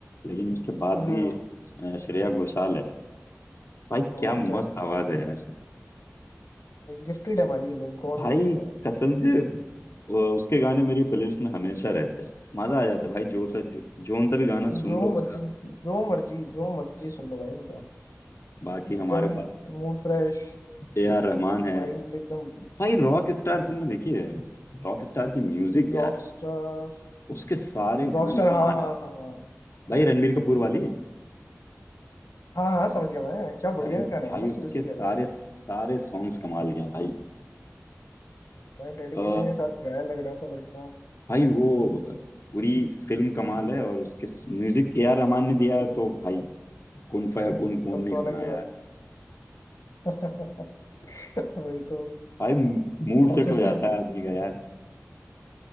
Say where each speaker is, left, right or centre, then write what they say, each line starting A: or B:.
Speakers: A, on the left (about 60°); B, on the left (about 85°).
A: लेकिन उसके बाद
B: हम्म
A: भी अ, श्रेया घोषाल है भाई
B: और
A: क्या मस्त
B: क्या यार
A: आवाज है यार
B: गिफ्टेड है भाई ये लोग गॉड
A: भाई
B: गिफ्टेड है
A: कसम से अ, उसके गाने मेरी प्लेलिस्ट में हमेशा रहते हैं मजा आ जाता है भाई जो
B: भाई
A: सा जो, जोन सा भी गाना सुन
B: जो
A: लो उसका
B: मर्जी जो मर्जी जो मर्जी सुन लो भाई इनका
A: बाकी
B: एकदम
A: हमारे पास
B: ही मूड फ्रेश
A: ए आर रहमान है
B: माइंड एकदम
A: भाई रॉक स्टार तुमने देखी है रॉक स्टार की म्यूजिक
B: रॉकस्टार
A: यार उसके सारे
B: रॉकस्टार
A: गाने
B: हाँ
A: कमाल
B: हाँ
A: है
B: हाँ
A: भाई रणबीर कपूर वाली
B: हाँ हाँ हाँ समझ गया मैं क्या बढ़िया
A: अरे भाई
B: गाने यार उसके
A: उसके
B: भी सही
A: सारे
B: कह रहे हो तुम
A: सारे सॉन्ग्स कमाल के हैं भाई
B: भाई डेडिकेशन
A: अ,
B: के साथ गाया लग रहा था लड़का
A: भाई वो पूरी फिल्म कमाल है और उसके म्यूजिक ए आर रहमान ने दिया है तो भाई कौन फया कौन कौन
B: तब
A: नहीं
B: तो
A: सुना
B: अलग ही
A: यार
B: बात <laughs> <laughs> वही तो
A: भाई मूड
B: और
A: सेट
B: फिर
A: हो
B: से
A: जाता है आदमी का यार